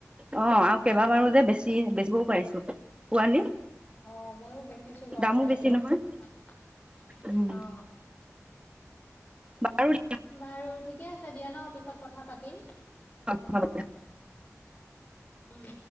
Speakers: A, on the right; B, on the left.
A: অ আৰু কেইবাবাৰো যে বেছি বেচিবও পাৰিছো পোৱালি
B: অ ময়ো বেচিছো বাৰু
A: দামো
B: অলপ
A: বেছি
B: চলপ
A: নহয় উম
B: অ
A: বাৰু <unintelligible>
B: বাৰু ঠিকে আছে দিয়া ন, পিছত কথা পাতিম।
A: আগ <unintelligible>
B: উম।